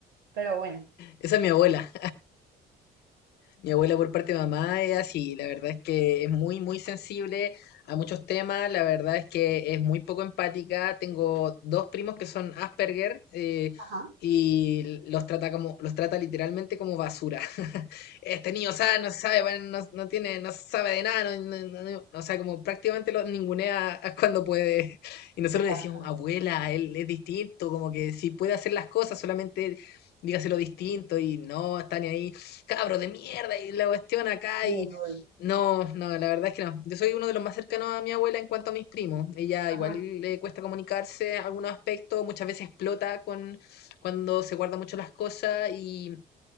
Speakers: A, on the right; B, on the left.
A: Pero bueno.
B: Esa es mi abuela. Mi abuela por parte de mamá es así, la verdad es que es muy, muy sensible a muchos temas, la verdad es que es muy poco empática. Tengo dos primos que son Asperger eh,
A: Ajá.
B: y los trata como, los trata literalmente como basura. <laughs> Este niño sabe, no sabe, bueno, no, no tiene, no sabe de nada, no, no- no- no- o sea, como prácticamente lo ningunea <laughs> cuando puede. Y nosotros le
A: Ya
B: decíamos,
A: está.
B: abuela, él es distinto, como que si puede hacer las cosas, solamente dígaselo distinto y no está ni ahí cabro de mierda y la cuestión acá
A: Uy,
B: y...
A: uy.
B: No, no, la verdad es que no. Yo soy uno de los más cercanos a mi abuela en cuanto a mis primos. Ella
A: Ajá.
B: igual le cuesta comunicarse en algunos aspectos, muchas veces explota con cuando se guarda mucho las cosas y,